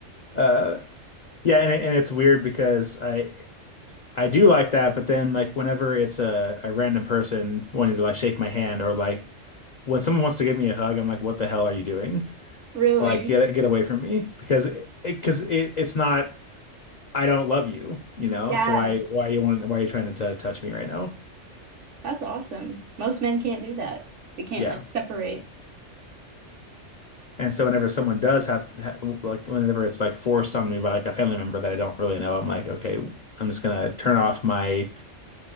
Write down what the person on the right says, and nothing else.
Really?
Yeah,
that's awesome. Most men can't do that. They can't
like separate.